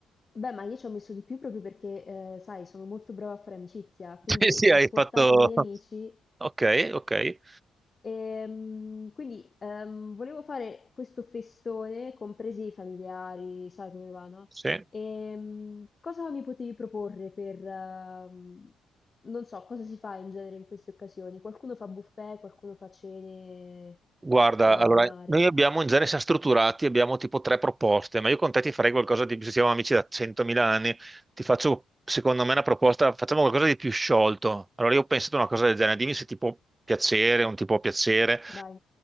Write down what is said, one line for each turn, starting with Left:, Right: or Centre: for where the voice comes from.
Left: Beh, ma io ci ho messo di più proprio perché, ehm, sai, sono molto brava a fare amicizia, quindi
Right: <laughs> Sì, sì,
Left: trasportata
Right: hai fatto...
Left: dagli
Right: <laughs>
Left: amici.
Right: Ok, ok.
Left: Ehm, quindi ehm, volevo fare questo festone, compresi i familiari, sai come va, no?
Right: Sì.
Left: Ehm, cosa mi potevi proporre per, ehm, non so, cosa si fa in genere in queste occasioni? Qualcuno fa buffet, qualcuno fa cene
Right: Guarda,
Left: straordinarie.
Right: allora, noi abbiamo, in genere siamo strutturati, abbiamo tipo tre proposte, ma io con te ti farei qualcosa di più, se siamo amici da 100.000 anni, ti faccio, secondo me, una proposta, facciamo qualcosa di più sciolto. Allora, io ho pensato a una cosa del genere, dimmi se ti può piacere, o non ti può piacere.
Left: Vai,